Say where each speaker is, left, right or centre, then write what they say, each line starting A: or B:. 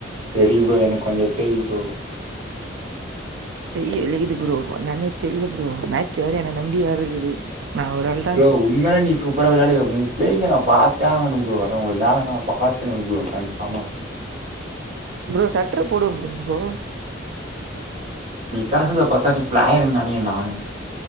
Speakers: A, on the right; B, on the right.
A: வெரி ப்ரோ எனக் கொஞ்ச எத்தை ப்ரோ
B: கைய எழையுது ப்ரோ நான்னே தெரில ப்ரோ மேட்ச் வேற என நம்பி வேருக்குது நா ஒராள்
A: ப்ரோவ்ல் இன்மேல நீ சூப்பரா விளாடுக உ ப்ளைங்க நா பாத்தே ஆகணும் ப்ரோ என்னா ஒர் நாளனா பாத்ருன் ப்ரோ கன்ஃபார்மா
B: ப்ரோ சட்ட்ரு போடுவம் ப்ரோ போ
A: நீ பேசத பாத்தா நீ ப்ளாயி நனி நானு